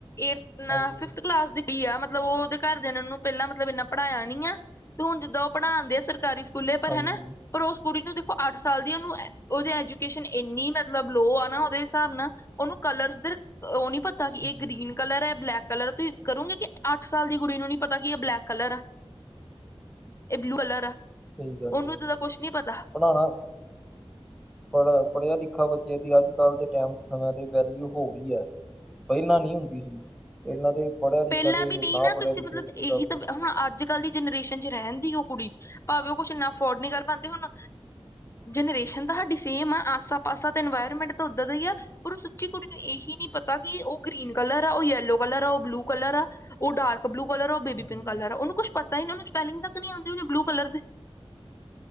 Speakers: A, on the left; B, in the centre.
A: ਏ ਨਾ
B: ਹਾਂਜੀ
A: ਫਿਫਥ ਕਲਾਸ ਦੀ ਕੁੜੀ ਆ ਮਤਲਬ ਉਹਦੇ ਘਰਦਿਆਂ ਨੇ ਓਨੂੰ ਪਹਿਲਾਂ ਮਤਲਬ ਇੰਨਾ ਪੜ੍ਹਾਇਆ ਨੀ, ਆ ਤੇ ਹੁਣ ਜਿੱਦਾਂ ਉਹ ਪੜ੍ਹਾਨ ਦੇ ਆ ਸਰਕਾਰੀ ਸਕੂਲੇ ਪਰ
B: ਹਾਂਜੀ
A: ਹਨਾ। ਪਰ ਉਸ ਕੁੜੀ ਨੂੰ ਅੱਠ ਸਾਲ ਦੀ। ਉਹਨੂੰ ਉਹਦੇ ਐਜੂਕੇਸ਼ਨ ਇੰਨੀ ਮਤਲਬ ਲੋਅ ਆ ਨਾ ਉਹਦੇ ਹਿਸਾਬ ਨਾਲ ਉਹਨੂੰ ਕਲਰ ਉਹ ਨੀ ਪਤਾ ਕਿ
B: ਜੀ
A: ਇਹ ਗ੍ਰੀਨ ਕਲਰ ਹੈ, ਬਲੈਕ ਕਲਰ ਤੋਂ ਕਰੂੰਗੇ ਕਿ ਅੱਠ ਸਾਲ ਦੀ ਕੁੜੀ ਨੂੰ ਨੀ ਪਤਾ ਕਿ ਇਹ ਬਲੈਕ ਕਲਰ ਆ, ਇਹ ਬਲੂ ਕਲਰ ਆ।
B: ਸਹੀ ਗੱਲ
A: ਉਹਨੂੰ ਤਾਂ ਕੁਛ ਨੀ ਪਤਾ
B: ਪੜ੍ਹਾਣਾ ਪੜ ਪੜ੍ਹਿਆ ਲਿਖਿਆ ਬਾ ਦੀ ਅੱਜ-ਕੱਲ੍ਹ ਦੇ ਟਾਈਮ ਚ ਸਮਿਆਂ ਤੇ ਵੈਲਊ ਹੋ ਗਈ ਹੈ, ਪਹਿਲਾਂ ਨਹੀਂ ਹੁੰਦੀ ਸੀ। ਪਹਿਲਾਂ ਤੇ ਪੜ੍ਹਿਆ ਲਿਖਿਆ
A: ਪਹਿਲਾਂ
B: ਤੇ
A: ਵੀ ਨਹੀਂ, ਨਾ
B: ਪੜ੍ਹਿਆ
A: ਤੁਸੀਂ
B: ਲਿਖਿਆ
A: ਮਤਲਬ
B: ਵੀ ਪੂਰਾ
A: ਇਹੀ
B: ਹੂੰ,
A: ਤਾਂ ਹੁਣ ਅੱਜ-ਕੱਲ੍ਹ ਦੀ ਜਨਰੇਸ਼ਨ ਚ ਰਹਿਣ ਦੀ ਉਹ ਕੁੜੀ। ਭਾਵੇਂ ਉਹ ਕੁਛ ਇੰਨਾ ਅਫੋਰਡ ਨਹੀਂ ਕਰ ਪਾਦੇ ਹੋਣ
B: ਹ
A: ਜਨਰੇਸ਼ਨ ਤਾਂ ਸਾਡੀ ਸੇਮ ਆ। ਆਸਾ ਪਾਸਾ ਤਾਂ ਇਨਵਾਇਰਮੈਂਟ ਤਾਂ ਉੱਦਾਂ ਦਾ ਹੀ ਆ। ਪਰ ਉਹ ਸੱਚੀ ਕੁੜੀ ਨੂੰ ਇਹੀ ਨੀ ਪਤਾ ਪਤਾ ਕਿ, ਉਹ ਗ੍ਰਰੀਨ ਕਲਰ ਆ ਉਹ ਯੈਲੋ ਕਲਰ ਆ ਉਹ ਬਲੂ ਕਲਰ ਆ! ਉਹ ਡਾਰਕ ਬਲੂ ਕਲਰ ਆ ਉਹ ਬੇਬੀ
B: ਹਾਂਜੀ
A: ਪਿੰਕ ਕਲਰ ਆ ਉਹਨ ਕੁਛ ਪਤਾ ਇਹਨਾਂ ਨੂੰ ਸਪੈਲਿੰਗ ਤੱਕ ਨਹੀਂ ਆਉਂਦੇ ਹੋਣੇ ਬਲੂ ਕਲਰ ਦੇ।